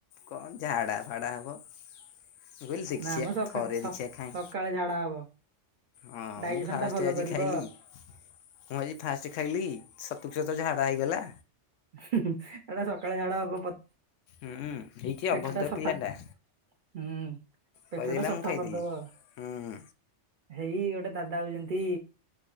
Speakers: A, on the left (about 85°); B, on the right (about 60°).
A: କଣ ଝାଡ଼ା ଫାଡ଼ା ହବ। ମୁଁ କହିଲି ଦେଖିବା
B: ନା ମ ସକା
A: ଥରେ
B: ସ
A: ଦେଖିବା କାଇଁ।
B: ସକାଳେ ଝାଡା ହବ
A: ହଁ
B: ଡାଇଜେସନ
A: ମୁଁ ଫାଷ୍ଟ
B: ଟା ଭଲ
A: ଆଜି
B: କରିବ
A: ଖାଇଲି। ମୁଁ ଆଜି ଫାଷ୍ଟ ଖାଇଲି ସତୁକୁ ସତ ଝାଡା ହେଇଗଲା।
B: ହୁଁ ହୁଁ ଏଟା ସକାଳେ ଝାଡା ହବ
A: ହୁଁଁ ହେଇକି
B: ପେଟ
A: ଅଭଦ୍ର
B: ଟା ସଫା
A: ପିଲାଟା।
B: ହୁଁ
A: କହିଦେଲା
B: ପେଟ ଟା ସଫା
A: ମୁଁ ଖାଇଦେଲି
B: କରିଦବ।
A: ହୁଁ
B: ହେଇ ଗୋଟେ ଦାଦା ଆଉଛନ୍ତି।